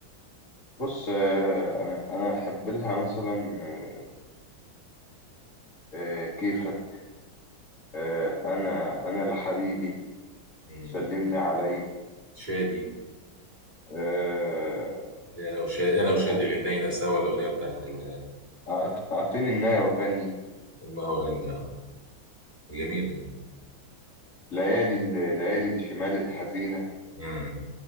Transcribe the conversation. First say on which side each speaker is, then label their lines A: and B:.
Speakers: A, on the left; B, on the right.
A: بص آه، أنا أنا أحب لها مثلا آه، آه، كيفك آه، أنا أنا لحبيبي
B: مم.
A: سلم لي علي
B: شادي
A: آه،
B: انا وشادي
A: آه،
B: انا وشادي غنينا سوا الأغنية بتاعت ال-
A: أعط- أعطيني النايه وغني
B: ما أغني اه جميل
A: ليالي ال- ليالي الشمال الحزينة
B: مم.